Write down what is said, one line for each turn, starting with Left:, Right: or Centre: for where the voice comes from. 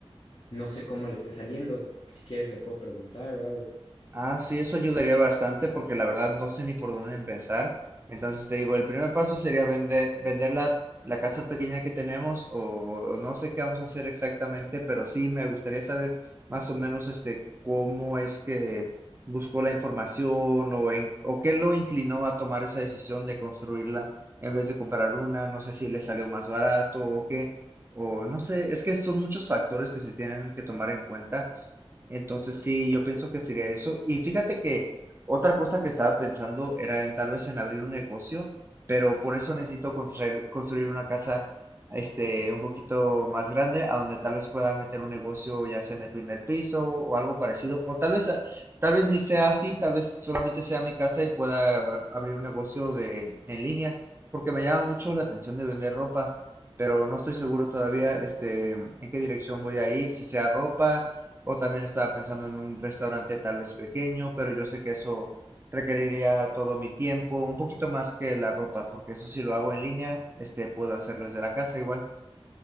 Left: no sé cómo le esté saliendo. Si quieres le puedo preguntar o algo.
Right: Ah, sí, eso ayudaría bastante porque la verdad no sé ni por dónde empezar. Entonces te digo, el primer paso sería vender, vender la, la casa pequeña que tenemos o, o no sé qué vamos a hacer exactamente, pero sí me gustaría saber más o menos este cómo es que buscó la información o, en, o qué lo inclinó a tomar esa decisión de construirla en vez de comprar una. No sé si le salió más barato o qué, o no sé, es que son muchos factores que se tienen que tomar en cuenta entonces sí, yo pienso que sería eso. Y fíjate que otra cosa que estaba pensando era en tal vez en abrir un negocio, pero por eso necesito construir, construir una casa este un poquito más grande a donde tal vez pueda meter un negocio ya sea en el primer piso o algo parecido o tal vez a- tal vez ni sea así, tal vez solamente sea mi casa y pueda abr- abrir un negocio de en línea, porque me llama mucho la atención de vender ropa, pero no estoy seguro todavía este en qué dirección voy a ir, si sea ropa o también estaba pensando en un restaurante tal vez pequeño, pero yo sé que eso requeriría todo mi tiempo, un poquito más que la ropa, porque eso si lo hago en línea, este, puedo hacerlo desde la casa igual.